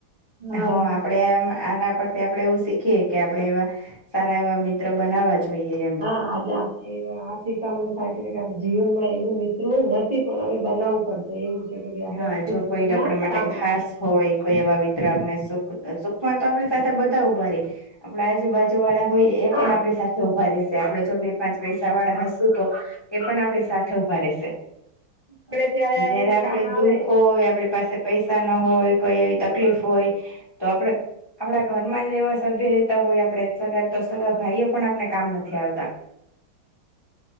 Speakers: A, on the right; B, on the left.
A: હા
B: હં આપડે આમ આના પરથી આપડે એવું શીખીએે કે આપડે એવા સારા એવા મિત્ર બનાવા જોઈએ. એમ
A: આજે આપણે આ શિખામણ કે આપણે જીવનમાં એવું મિત્ર નથી પણ હવે બનાવું પડ એવું છે કે ભઈ આપડે
B: હા
A: સુખ
B: જો કોઈ
A: દુઃખમાં
B: આપણા માટે
A: કામ
B: ખાસ
A: આવે.
B: હોય કોઈ એવા મિત્ર આપણે સુખ સુખમાં તો આપણી સાથે બધા ઉભા રે આપણા આજુબાજુવાળા હોય એ
A: હા
B: પણ આપણી સાથે ઊભા રહેશે આપડે જો બે પાંચ પૈસાવાળા હશું તો, એ પણ
A: બરાબર
B: આપણી
A: છે.
B: સાથે ઉભા રહેશે,
A: પડે ત્યારે
B: જયારે
A: કામ
B: આપડે દુઃખ
A: આવે
B: હોય આપડી પાસે પૈસા ના હોય, કોઈ એવી તકલીફ હોય તો આપડે આપણા ઘરમાં જ એવા સભ્ય રેતા હોય આપડે સગા તો સગા ભાઈઓ પણ આપણે કામ નથી આવતા. <inaudible>